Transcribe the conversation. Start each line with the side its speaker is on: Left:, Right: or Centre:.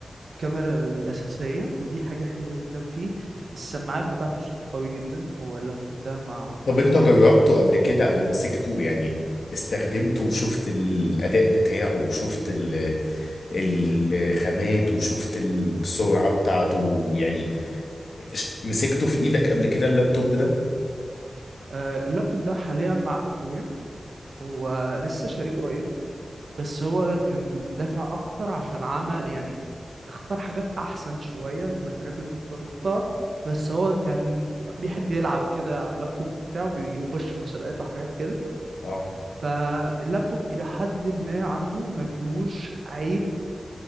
Right: الكاميرا الأساسية ودي حاجة حلوة جدا فيه السماعات بتاعته صوته قوي جدا هو اللابتوب ده مع
Left: طب
Right: أخويا
Left: انت جربته
Right: يعني
Left: قبل كده او مسكته يعني استخدمته وشفت الاداء بتاعه وشفت ال- الخامات وشفت السرعة بتاعته يعني ش- مسكته في ايدك قبل كده اللابتوب ده
Right: آه، اللابتوب ده حاليا مع أخويا هو لسه شاريه قريب بس هو كان دافع اكتر عشان عمل يعني اختار حاجات احسن شوية من الحاجات اللي انت اخترتها بس هو كان بيحب يلعب كده على اللابتوب بتاعه بيخش مسابقات وحاجات كده
Left: اه
Right: فاللابتوب الى حد ما عنده ما فيهوش عيب